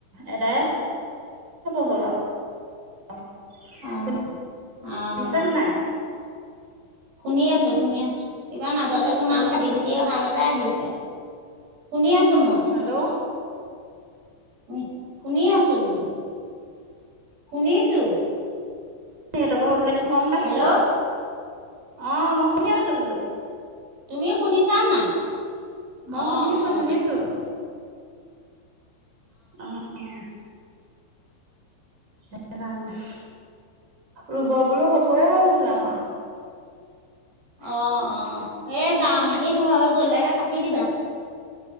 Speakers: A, on the right; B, on the right.
A: এদায় হ'ল, আৰু। <unintelligible>
B: অঁ
A: শুনিছে
B: অঁ
A: নে নাই?
B: শুনি আছো, শুনি আছো, কিবা মাজতে তোমাৰ
A: হেল্ল'
B: ফাটি ফা এতিয়া আহা আগতে আহিছে, শুনি আছোঁ মই।
A: হেল্ল'।
B: শুনি শুনি আছো বোলো, শুনিছো।
A: ্ গম পাইছো,
B: হেল্ল'
A: অ' মই শুনি আছো বোলো।
B: তুমি শুনিছা না নাই?
A: মই
B: অঁ
A: শুনিছো
B: অঁ
A: শুনিছো, অ'। <unintelligible> সেই কাৰণে, ৰুব বোলো হবয়ে হ'ল <unintelligible>
B: অ', অ', এই বাৰ মিনিট হয় গ'লে কাটি দিবা।